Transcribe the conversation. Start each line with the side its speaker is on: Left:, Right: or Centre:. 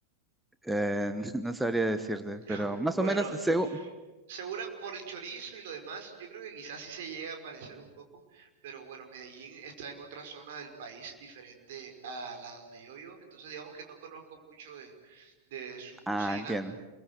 Centre: Eh, <laughs> no sabría decirte,
Right: <laughs>
Centre: pero más
Right: Bueno,
Centre: o menos según...
Right: segura por el chorizo y lo demás, yo creo que quizás sí se llega a parecer un poco, pero bueno, Medellín está en otra zona del país diferente a la donde yo vivo, entonces digamos que no conozco mucho de, de su cocina
Centre: Ah, entiendo.